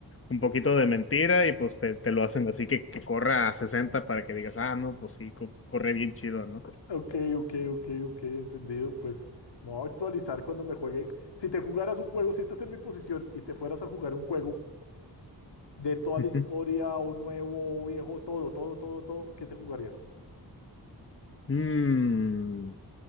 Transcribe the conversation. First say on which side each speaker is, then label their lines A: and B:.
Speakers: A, on the left; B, on the left.
A: un poquito de mentira y pues te, te lo hacen así que, que corra a 60 para que digas, ah, no, pues sí, co- corre bien chido, ¿no?
B: Ok, ok, ok, ok, entendido. Pues me voy a actualizar cuando me juegue. Si te jugaras un juego, si estás en mi posición y te fueras a jugar un juego de toda
A: Ujú.
B: la historia, o nuevo, o viejo, todo, todo, todo, todo, ¿qué te jugarías?
A: Mm,